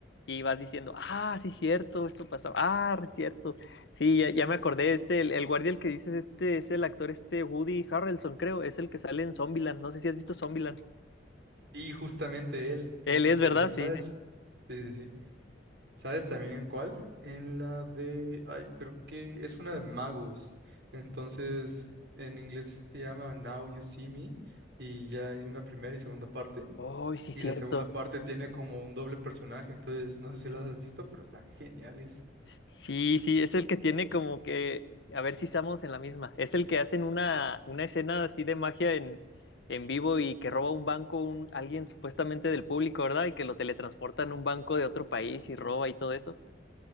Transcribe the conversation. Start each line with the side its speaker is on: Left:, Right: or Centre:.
Left: y vas diciendo, ah, sí, cierto, esto pasó. Ah, es cierto. Sí, ya, ya me acordé. Este, el, el guardia el que dices, este es el actor, este Woody Harrelson, creo. Es el que sale en Zombieland. No sé si has visto Zombieland.
Right: Y justamente él, y
Left: Él es,
Right: también,
Left: ¿verdad?
Right: ¿sabes?
Left: Sí. sí.
Right: Sí, sí, sí. ¿Sabes también en cuál? En la de, ay, creo que es una de magos. Entonces, en inglés se llama Now You See Me, y ya hay una primera y segunda parte.
Left: Oh, sí,
Right: Y
Left: cierto.
Right: la segunda parte tiene como un doble personaje, entonces no sé si las has visto, pero están geniales.
Left: Sí, sí, es el que tiene como que, a ver si estamos en la misma, es el que hacen una, una escena así de magia en, en vivo y que roba un banco, un, alguien supuestamente del público, ¿verdad? Y que lo teletransportan a un banco de otro país y roba y todo eso.